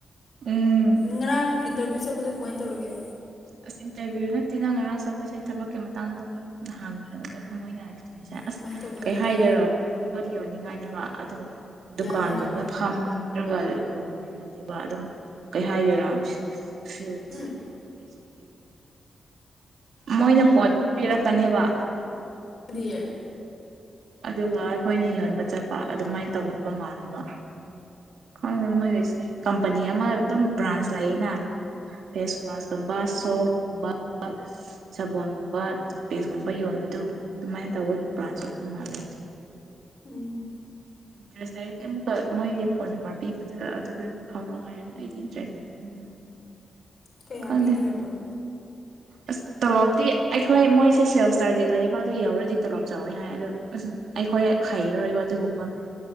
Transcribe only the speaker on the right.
ꯎꯝ
ꯑꯁ ꯏꯟꯇꯔꯚꯤꯌꯨ ꯅꯠꯇꯦ ꯅꯪ ꯉꯔꯥꯡ ꯆꯠꯄꯁꯦ ꯊꯕꯛꯀꯤ ꯃꯇꯥꯡꯗ ꯑꯗꯨꯝ ꯍꯥꯡꯅ ꯃꯣꯏꯅ ꯍꯥꯏ ꯑꯁ
ꯀꯩ
ꯍꯥꯏꯗꯣꯏꯅꯣ ꯄꯣꯗ ꯌꯣꯅꯤꯡꯉꯥꯏꯅꯦꯕ ꯑꯗꯨ ꯗꯨꯀꯥꯟꯒꯨꯝꯕꯗ
ꯐꯝ ꯅꯠꯇ꯭ꯔꯒ ꯌꯣꯟꯕꯗꯤ ꯅꯠꯇꯦꯕ ꯑꯗꯨꯝ ꯀꯩ ꯍꯥꯏꯗꯣꯏꯔꯥ ꯐꯤꯜ꯭ꯁ
<unintelligible> ꯃꯣꯏꯅ ꯄꯣꯠ ꯄꯤꯔꯛꯀꯅꯤꯕ
ꯑꯗꯨꯒ ꯑꯩꯈꯣꯏꯅ ꯌꯣꯟꯕ ꯆꯠꯄ ꯑꯗꯨꯃꯥꯏꯅ ꯇꯧꯒꯗꯕ ꯃꯥꯜꯂꯦꯕ ꯈꯪꯗꯦ ꯃꯣꯏꯒꯤꯁꯦ ꯀꯝꯄꯅꯤ ꯑꯃ ꯑꯗꯨꯝ ꯕ꯭ꯔꯥꯟꯁ ꯂꯩꯅ ꯐꯦꯁ ꯋꯥꯁꯀꯨꯝꯕ ꯁꯣꯐ ꯀꯨꯝꯕ ꯁꯥꯕꯣꯟꯒꯨꯝꯕ ꯇꯨꯠꯄꯦꯁꯀꯨꯝꯕ ꯌꯣꯟꯕꯗꯣ ꯑꯗꯨꯃꯥꯏꯅ ꯇꯧꯕꯒꯤ ꯕ꯭ꯔꯥꯟꯁ ꯑꯣꯏ ꯃꯥꯂꯦ ꯇꯣ
ꯏꯟꯇ꯭ꯔꯦꯁ ꯂꯩꯔꯒꯦ ꯑꯃꯨꯛꯀ ꯃꯣꯏꯒꯤ ꯐꯣꯟ ꯅꯝꯕꯔ ꯄꯤꯕꯗ ꯑꯗꯨꯗ ꯐꯥꯎꯔꯛꯑꯣ ꯍꯥꯏꯔꯒ ꯑꯩꯗꯤ ꯏꯟꯇꯔꯦꯁ ꯂꯩꯇꯕꯅꯤꯅ
ꯈꯪꯗꯦ
ꯑꯁ ꯇꯣꯂꯣꯞꯗꯤ ꯑꯩꯈꯣꯏ ꯃꯣꯏꯁꯦ ꯁꯦꯜꯁ ꯇꯥꯔꯒꯦꯠ ꯂꯩꯌꯦꯕ ꯑꯗꯨ ꯌꯧꯔꯗꯤ ꯇꯣꯂꯣꯞ ꯆꯥꯎꯋꯤ ꯍꯥꯏ ꯑꯗꯣ ꯑꯁ ꯑꯩꯈꯣꯏ ꯍꯩꯔꯣꯏꯕ ꯑꯗꯨꯒꯨꯝꯕ